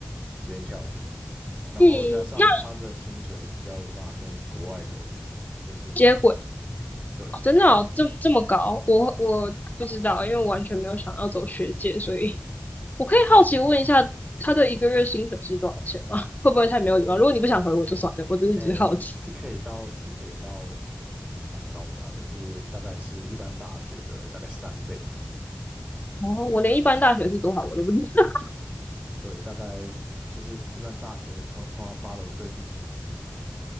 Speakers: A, on the right; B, on the left.
A: 直接跳读。然后加上他的薪水比较有办法跟国外的，
B: 嗯，那
A: 就是匹敌。
B: 接轨
A: 对，
B: 哦真的哦，这么这么高，我我不知道，因为我完全没有想要走学界，所以我可以好奇问一下，他的一个月薪水是多少钱吗？<laughs> 会不会太没有礼貌？如果你不想回我就算了，我真的只是好奇。
A: 诶，是可以到，是可以到，还蛮蛮高的啦，就是大概是一般大学的大概三倍吧。
B: 哦，我连一般大学是多少我都不知道。
A: 对，大概就是一般大学通通常 follow 最低薪资嘛，